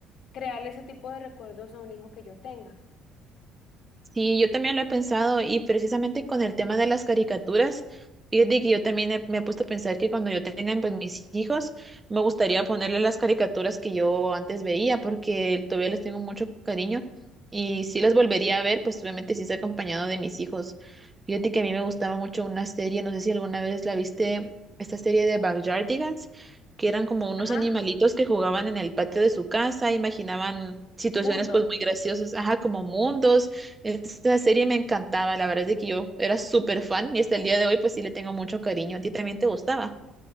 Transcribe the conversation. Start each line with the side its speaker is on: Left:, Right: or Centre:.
Left: crearle ese tipo de recuerdos a un hijo que yo tenga.
Right: Sí, yo también lo he pensado y precisamente con el tema de las caricaturas, fíjate que yo también he- me he puesto a pensar que cuando yo tenga pues, mis hijos, me gustaría ponerle las caricaturas que yo antes veía porque todavía les tengo mucho cariño y si las volvería a ver, pues obviamente sí es acompañado de mis hijos. Fíjate que a mí me gustaba mucho una serie, no sé si alguna vez la viste, esta serie de Backyardigans, que eran como unos
Left: Ajá,
Right: animalitos que jugaban en el patio de su casa, imaginaban situaciones
Left: mundos.
Right: pues muy graciosas, ajá, como mundos esta serie me encantaba, la verdad es de que yo era súper fan y hasta el día de hoy pues sí le tengo mucho cariño. ¿A ti también te gustaba?